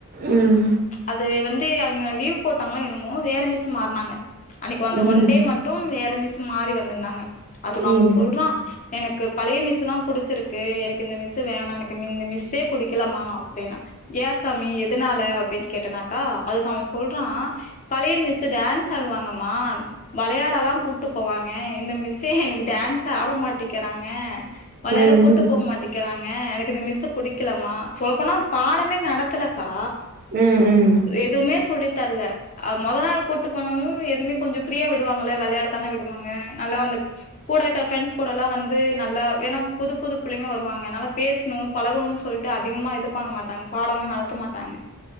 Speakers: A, on the right; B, on the left.
A: ம்
B: அது வந்து க லீவ் போட்டாங்களா என்னமோ வேற மிஸ் மாறுனாங்க அன்னக்கு அந்த
A: ம் ம் ம்
B: ஒன் டே மட்டும் வேற மிஸ் மாறி வந்துந்தாங்க அதுக்கு
A: ம்
B: அவ சொல்றா எனக்கு பழைய மிஸ்ஸு தா புடுச்சிருக்கு எனக்கு இந்த மிஸ்ஸு வேணானு க்கு இந்த மிஸ்ஸே புடிக்கலமா அப்டின்னா ஏ சாமி எதுனால அப்டின் கேட்டனாக்கா அதுக்கு அவ சொல்றா பழைய மிஸ்ஸு டான்ஸ் ஆடுவாங்கம்மா வளையாடல்லா கூட்டு போவாங்க இந்த மிஸ்ஸே எனக்கு டான்ஸ் ஆட மாட்டேக்கறாங்க வளையாட
A: ம் ம்
B: கூட்டு
A: ம்
B: போ மாட்டெகிறாங்க எனக் கு இந்த மிஸ்ஸு புடிக்கலமா சொல்லபோன பாடமே நடத்தலக்கா
A: ம்
B: எதுமே சொல்லி தர்ல அ மொத நாள் கூட்டு போனமு எதுமே கொஞ்சம் ஃப்ரீயா விடுவாங்கல்ல வெளையாட தானே விடுவா ங்க அனால வந்த கூட இருக்க ஃப்ரண்ட்ஸ் கூடல்லா வந்து நல்லா என்னா புது புது புள்ளைங்க வருவாங்க நல்லா பேச னு பழகணுனு சொல்ட்டு அதிகமா இது பண்ண மாட்டாங்க பாடொல்லா நடத்த மாட்டாங்க